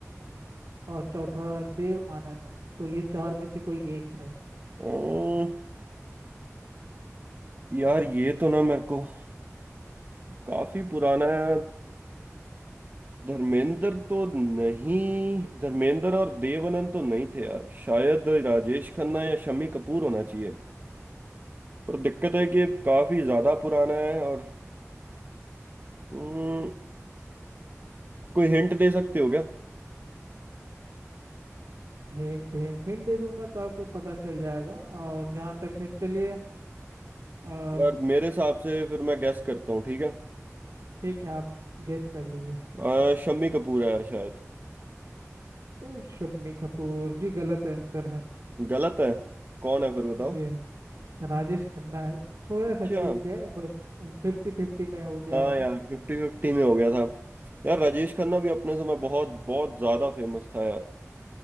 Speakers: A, on the right; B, on the right.
A: और चौथा देव आनंद तो ये चार में से कोई एक है
B: ओ, यार ये तो ना मेरे को काफी पुराना है धर्मेंद्र तो नहीं धर्मेंद्र और देव तो नहीं थे यार शायद राजेश खन्ना या शम्मी कपूर होना चाहिए पर दिक्कत है कि ये काफी ज्यादा पुराना है और हम्म, कोई हिंट दे सकते हो क्या
A: हिंट हिंट हिंट दे दूंगा तो आपको पता चल जाएगा और जहाँ तक है चलिए अ,
B: यार मेरे हिसाब से फिर मैं गेस करता हूँ ठीक है
A: ठीक है आप गेस कर लीजिए
B: अ, शम्मी कपूर है यार शायद
A: अ, शम्मी कपूर जी गलत आंसर है
B: गलत है कौन है फिर बताओ
A: जी राजेश खन्ना है थोड़ा
B: अच्छा
A: सा चूक गए बस फिफ्टी फिफ्टी में हो गया
B: हाँ
A: आपका
B: यार फिफ्टी फिफ्टी में हो गया था यार राजेश खन्ना भी अपने समय बहुत बहुत ज्यादा फेमस था यार